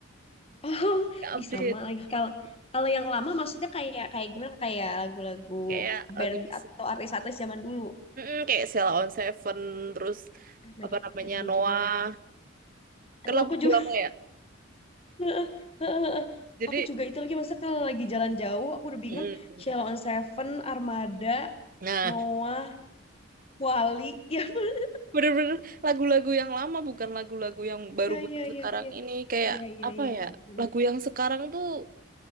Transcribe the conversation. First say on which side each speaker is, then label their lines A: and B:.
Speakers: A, on the left; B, on the right.
A: oh,
B: nggak update.
A: ih sama lagi kalau kalau yang lama maksudnya kayak kayak gimana kayak lagu-lagu
B: kayak lagunya
A: band atau
B: sih
A: artis-artis zaman dulu.
B: mm kayak Sheila on Seven terus
A: Oh my
B: apa
A: God,
B: namanya
A: itu iya
B: Noah
A: juga lagi. Aduh,
B: kan lagu-lagu
A: aku juga
B: lama ya
A: Heeh, heeh, heeh.
B: jadi
A: Aku juga itu lagi masa kalau lagi jalan jauh aku udah bingung
B: mm,
A: Sheila on Seven, Armada,
B: nah
A: Noah, Wali. <laughs>
B: bener-bener lagu-lagu yang lama bukan lagu-lagu yang baru-baru
A: Ya, ya, ya,
B: sekarang
A: ya, ya.
B: ini
A: <laughs>
B: kayak
A: Iya, iya,
B: apa
A: iya,
B: ya
A: iya, benar.
B: lagu yang sekarang tuh